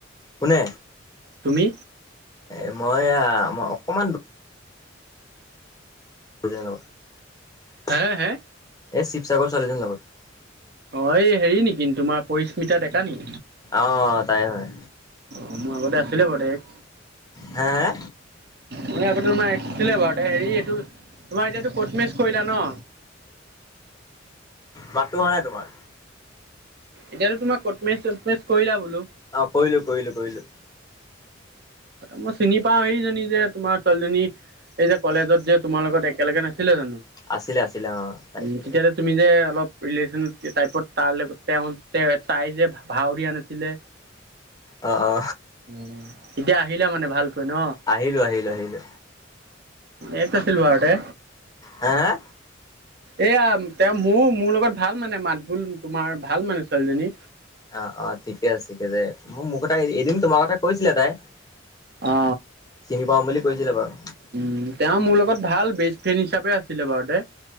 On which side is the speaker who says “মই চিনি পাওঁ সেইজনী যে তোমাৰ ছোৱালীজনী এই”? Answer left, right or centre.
Right